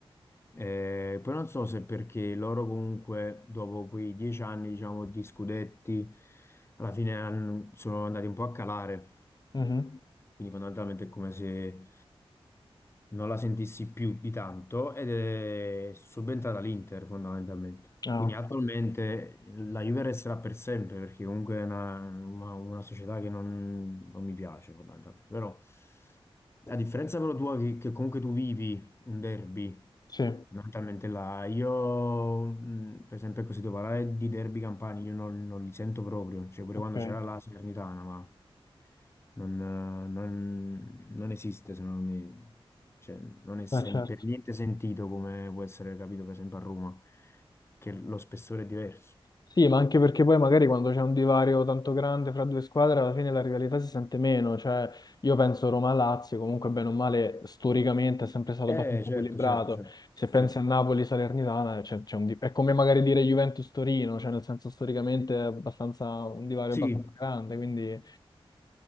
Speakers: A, on the left (about 25°); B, on the left (about 40°).
A: Eh, poi non so se perché loro comunque dopo quei dieci anni, diciamo, di scudetti, alla fine han- sono andati un po' a calare,
B: Mhm.
A: quindi fondamentalmente è come se non la sentissi più di tanto ed è subentrata all'Inter fondamentalmente.
B: Ah,
A: Quindi attualmente la Juve resterà per sempre perché comunque è una, una- una società che non, non mi piace fondamentalmente. Però a differenza però tua che, che comunque tu vivi un derby
B: sì,
A: Fondamentalmente là, io mh, per esempio così devo parlare di derby campani, io non, non li sento proprio, cioè pure
B: ok.
A: quando c'era la Salernitana, ma non, eh, non- non esiste secondo me, cioè non è sen-
B: Eh, certo.
A: per niente sentito come può essere capito per esempio a Roma, che lo spessore è diverso.
B: Sì, ma anche perché poi magari quando c'è un divario tanto grande fra due squadre, alla fine la rivalità si sente meno. Cioè, io penso Roma-Lazio, comunque bene o male, storicamente è sempre stato
A: Eh
B: abbastanza
A: certo,
B: equilibrato.
A: certo, certo,
B: Se pensi
A: certo.
B: a Napoli-Salernitana, c'è- c'è un di- è come magari dire Juventus-Torino, cioè nel senso storicamente è abbastanza un divario
A: Sì,
B: abbastanza grande, quindi